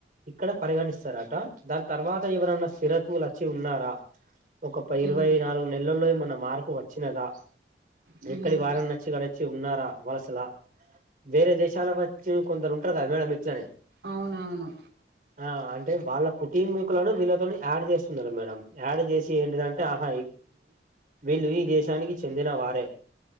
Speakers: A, on the right; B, on the right.
A: ఇక్కడ పరిగణిస్తారట దాని తర్వాత ఎవరన్నా సిరతువులు వచ్చి ఉన్నారా ఒక ఇరవై
B: ఉమ్
A: నాలుగు నెలల్లో మన మార్పు వచ్చినదా
B: ఉమ్
A: ఎక్కడి వారాని నచ్చిడ వచ్చి ఉన్నారా వలసలా వేరే దేశాల వచ్చి కొందరు ఉంటారు కదా మేడం ఇట్లనే
B: అవునవును
A: ఆ అంటే వాళ్ళ కుటుంబీకులను వీళ్ళతోనీ యాడ్ చేస్తున్నారు మేడం యాడ్ చేసి ఏంటిదాం ఆహ విల్లు ఈ దేశానికి చెందిన వారే